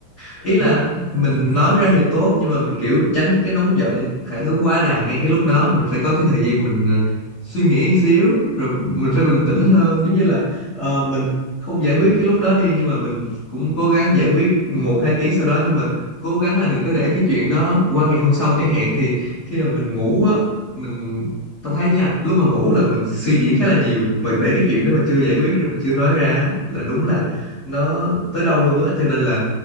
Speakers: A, on the left (about 40°); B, on the right (about 70°).
A: ý là
B: Mà mâu thuẫn mà không
A: mình
B: được giải quyết
A: nói
B: thì sao
A: ra thì tốt nhưng mà mình kiểu tránh cái nóng giận phản ứng quá đà ngay cái lúc đó mình phải có cái thời gian mình ờ, suy nghĩ một xíu rồi mình phải bình tĩnh hơn giống như là ờ, mình không giải
B: mày?
A: quyết cái lúc đó đi nhưng mà mình cũng cố gắng giải quyết một hai tiếng sau đó nhưng mà cố gắng là đừng có để cái chuyện đó qua ngày hôm sau chẳng hạn thì khi mà mình ngủ á mình tao thấy nha lúc mà ngủ là mình suy diễn khá là nhiều mà để cái chuyện đó mà chưa giải quyết rồi mà chưa nói ra á, là đúng là nó tới đâu luôn á cho nên là